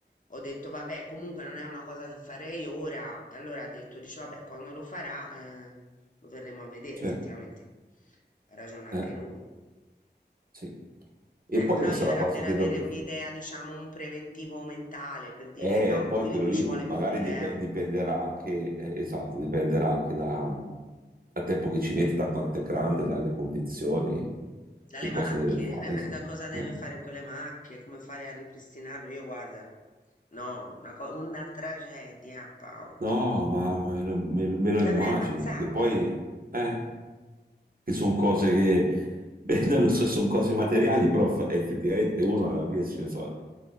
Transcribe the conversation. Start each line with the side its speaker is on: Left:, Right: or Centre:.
Left: ho detto, vabbè, comunque non è una cosa che farei ora. E allora ha detto, dice, vabbè, quando lo farà, eh, lo verremo a vedere,
Right: Cioè,
Left: effettivamente. Ha ragione anche
Right: eh,
Left: lui.
Right: sì. E
Left: Eh,
Right: poi
Left: però
Right: adesso
Left: io
Right: la
Left: era
Right: cosa
Left: per avere
Right: che dobbiamo...
Left: un'idea, diciamo, un preventivo mentale, per dire,
Right: Eh,
Left: no,
Right: poi
Left: qui
Right: quello
Left: mi
Right: lì
Left: ci vuole
Right: magari
Left: 1000
Right: dip-
Left: euro.
Right: dipenderà anche, eh, esatto, dipenderà anche da, dal tempo che ci mette, da quanto è grande, dalle condizioni,
Left: Dalle
Right: che
Left: macchie,
Right: cosa deve fare.
Left: <laughs>
Right: es-
Left: da cosa deve
Right: eh.
Left: fare in quelle macchie, come fare a ripristinarlo? Io guarda, no, una, co- una tragedia, Paolo.
Right: No, ma me lo, me lo- me lo immagino
Left: L'avrei ammazzata.
Right: perché poi, eh, che sono cose
Left: <laughs>
Right: che, <laughs> beh, non lo so, sono cose materiali, però fa- effettivamente uno alla fine si, so,